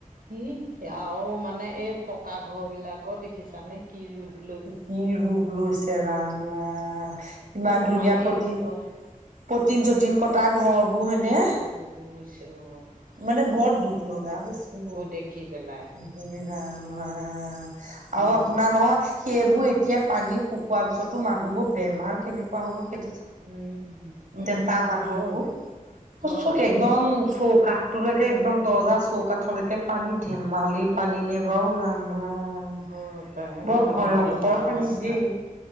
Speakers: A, on the right; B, on the right.
A: <inaudible> আৰু মানে এই পকা ঘৰ বিলাকো দেখিছানে কি ৰূপ <unintelligible>
B: কি ৰূপ লৈছে ৰাম-ৰাম ইমান
A: সেইবোৰ
B: ধুনীয়া
A: পানী
B: প্ৰতি
A: ওলোৱা
B: <inaudible> পটিন-চটিন কটা ঘৰবোৰ হয়নে। <inaudible>
A: অ ঈশ্বৰ <inaudible>
B: মানে বৰ দুখ লগা হৈছে
A: দেখি পেলাই
B: <inaudible> এ ৰাম-ৰাম আৰু
A: হয়
B: আপোনাৰ নহয় সেইবোৰ এ <unintelligible> এতিয়া পানী শুকোৱাৰ পিছতো মানুহবোৰ বেমাৰ কেনেকুৱা হ'ব সেই <inaudible>
A: উম <inaudible>
B: ডেকা মানুহবোৰ
A: হয় হয়
B: <inaudible> একদম
A: হয়
B: চৌকা। তোলৈকে একদম দৰ্জা চৌকাঠলৈকে পানী ধেমালি পানী নে বাৰু ৰাম-ৰাম।
A: হয়
B: <inaudible>
A: পাই
B: বৰ ভয়ংকৰ
A: দুখ লগা অৱস্থা
B: পানী দেই।